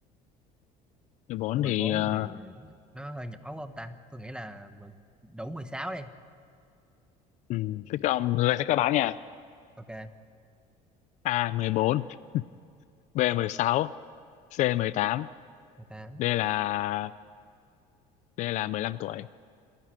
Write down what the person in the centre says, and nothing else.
mười
bốn
thì nó hơi nhỏ quá không ta tôi nghĩ là mười- đủ 16 đi
ok
14 16